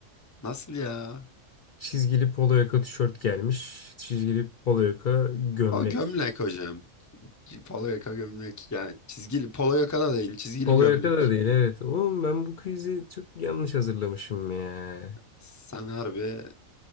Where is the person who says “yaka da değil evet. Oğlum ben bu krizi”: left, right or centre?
Left